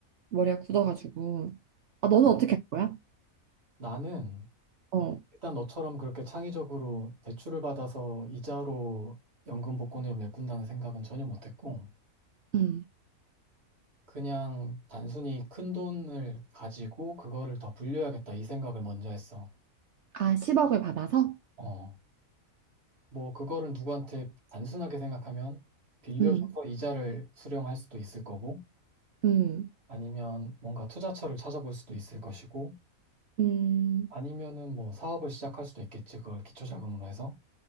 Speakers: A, on the right; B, on the right.
A: 머리가 굳어가지고. 아, 너는 어떻게 할 거야?
B: 나는
A: 어,
B: 일단 너처럼 그렇게 창의적으로 대출을 받아서 이자로 연금 복권으로 메꾼다는 생각은 전혀 못했고,
A: 응.
B: 그냥 단순히 큰 돈을 가지고 그거를 더 불려야겠다 이 생각을 먼저 했어.
A: 아, 10억을 받아서?
B: 어, 뭐, 그거를 누구한테 단순하게 생각하면 빌려줘서
A: 응,
B: 이자를 수령할 수도 있을 거고,
A: 응,
B: 아니면 뭔가 투자처를 찾아볼 수도 있을 것이고,
A: 응,
B: 아니면은 뭐 사업을 시작할 수도 있겠지. 그걸 기초자금으로 해서.